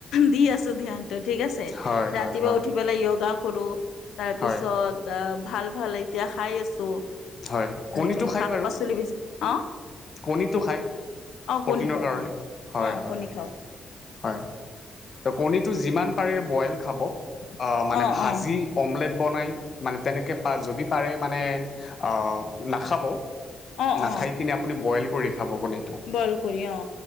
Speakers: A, on the left (about 85°); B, on the left (about 50°).
A: দি আছ চ ধ্যানটো ঠিক আছে,
B: হয়
A: ৰাতিপুৱা
B: হয় হয়
A: উঠি পেলাই য়গা কৰো তাৰপিছত।
B: হয়
A: অ', ভাল ভাল এতিয়া খাই আছোঁ।
B: হয়। কণীটো
A: এনেকেই
B: খায়
A: শাক-পাচলি
B: বাৰু
A: বেচি, অ'।
B: কণীটো খায়
A: অ',
B: প্ৰ'টিনৰ
A: কণী খাওঁ,
B: কাৰণে
A: কণী খাওঁ।
B: হয়
A: অ',
B: হয়
A: কণী খাওঁ।
B: হয় ত' কণীটো যিমান পাৰে বইল খাব, মানে
A: অ
B: ভাজি
A: অ
B: অমলেট বনাই, মানে তেনেকে পা যদি পাৰে মানে, অ', নাখাব।
A: অ
B: নাখাই
A: অ
B: কিনে আপুনি বইল কৰি খাৱ কণীটো।
A: বইল কৰি অ